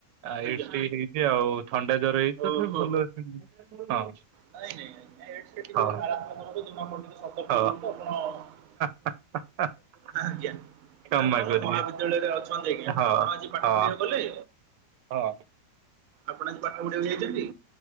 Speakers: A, on the right; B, on the right.
A: ଆ
B: ଆଜ୍ଞା
A: ଏଡ଼ସେ ଆଉ ଥଣ୍ଡା ଜର ହେଇଛି
B: ଓହୋ।
A: ତଥାପି ଭଲ ଛି ହଁ।
B: ନାଇଁ ନାଇଁ ଆଜ୍ଞା ଏଡସେ ଟିକେ
A: ହଁ
B: ମାରାତ୍ମକ ରୋଗ ଜମା ଆପଣ ଟିକେ ସତର୍କ
A: ହଁ
B: ରୁହନ୍ତୁ। ଆପଣ
A: <unintelligible>
B: ହଁ ଆଜ୍ଞା
A: କ୍ଷମା
B: ଆପଣଙ୍କ
A: କରିବେ
B: ମହାବିଦ୍ୟାଳୟରେ ଅଛନ୍ତି ଆଜ୍ଞା
A: ହଁ
B: ଆପଣ ଆଜି ପାଠ
A: ହଁ
B: ପଢିବାକୁ ଗଲେ?
A: ହଁ।
B: ଆପଣ ଆଜି ପାଠ ପଢିିବାକୁ ଯାଇଛନ୍ତି?